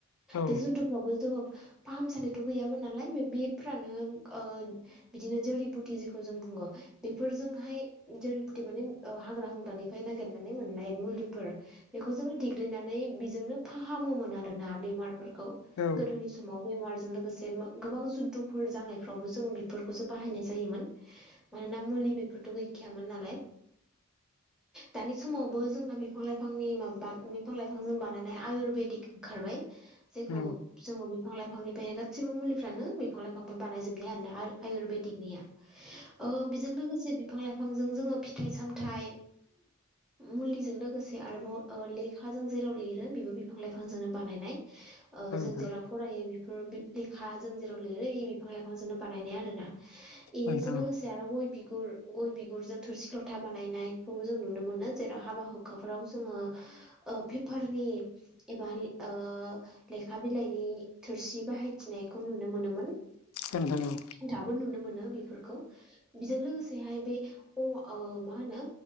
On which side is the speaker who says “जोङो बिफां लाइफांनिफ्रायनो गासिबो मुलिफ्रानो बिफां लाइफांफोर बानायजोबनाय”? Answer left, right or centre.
Centre